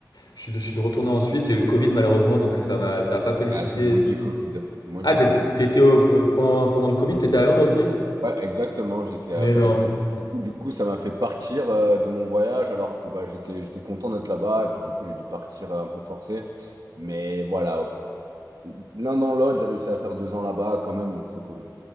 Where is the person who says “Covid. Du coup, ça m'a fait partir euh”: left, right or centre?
Right